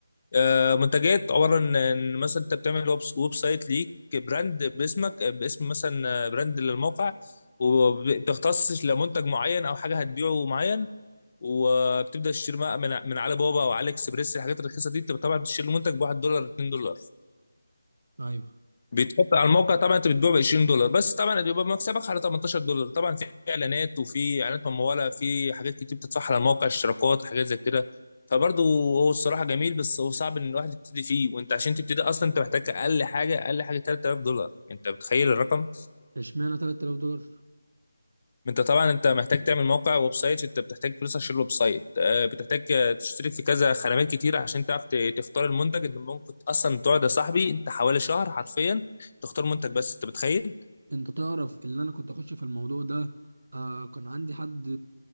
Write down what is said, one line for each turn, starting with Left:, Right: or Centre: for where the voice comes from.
Left: آه، منتجات عباره عن إن مثلا انت بتعمل ويب ويب سايت ليك براند باسمك آه، باسم مثلا آه، براند للموقع وبتختص لمنتج معين او حاجه هتبيعه معين وبتبدا تشتري بقى من من علي بابا او علي اكسبريس الحاجات الرخيصه دي انت طبعا بتشتري المنتج ب 1 دولار 2 دولار
Right: ايوه
Left: بيتحط على الموقع طبعا انت بتبيع ب 20 دولار بس طبعا بيبقى مكسبك على 18 دولار طبعا في اعلانات وفي اعلانات مموله في حاجات كتير بتدفعها على الموقع اشتراكات حاجات زي كده فبرضه هو الصراحه جميل بس هو صعب ان الواحد يبتدي فيه وانت عشان تبتدي اصلا انت محتاج اقل حاجه اقل حاجه 3000 دولار انت متخيل الرقم
Right: اشمعنى 3000 دولار
Left: انت طبعا انت محتاج تعمل موقع ويب سايت انت بتحتاج فلوس عشان الويب سايت آه، بتحتاج آه، تشترك في كذا خدمات كتير عشان تعرف ت- تختار المنتج انت ممكن اصلا تقعد يا صاحبي انت حوالي شهر حرفيا تختار منتج بس انت متخيل
Right: انت تعرف اللي انا كنت اخش في الموضوع ده آه كان عندي حد